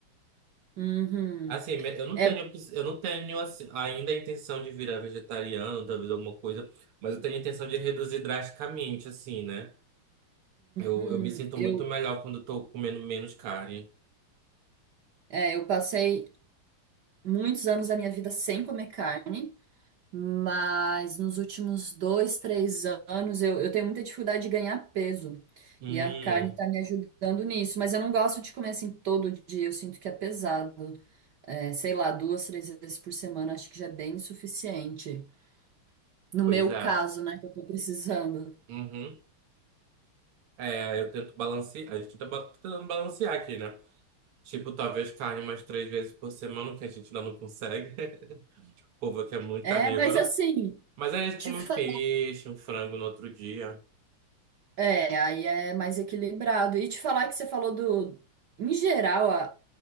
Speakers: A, on the right (about 60°); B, on the right (about 80°).
A: Uhum.
B: Assim, me- eu não
A: É,
B: tenho, opci- eu não tenho assim, ainda a intenção de virar vegetariano, talvez alguma coisa, mas eu tenho a intenção de reduzir drasticamente, assim, né? Eu,
A: um-
B: eu me sinto
A: eu,
B: muito melhor quando eu tô comendo menos carne.
A: é, eu passei muitos anos da minha vida sem comer carne, mas nos últimos dois, três anos eu, eu tenho muita dificuldade de ganhar peso.
B: Hum,
A: E a carne tá me ajudando nisso, mas eu não gosto de comer assim todo dia, eu sinto que é pesado. É, sei lá, duas, três vezes por semana acho que já é bem suficiente. No
B: pois
A: meu
B: é.
A: caso, né, que eu tô precisando.
B: Uhum. É, eu tento balancear, a gente tá ba- tá tentando balancear aqui, né? Tipo, talvez carne mais três vezes por semana, que a gente ainda não consegue. <laughs> O povo aqui é muito
A: É,
B: carnívoro.
A: mas assim,
B: Mas aí a gente
A: te
B: come
A: falar.
B: um peixe, um frango no outro dia.
A: É, aí é mais equilibrado. E te falar que você falou do. Em geral, a,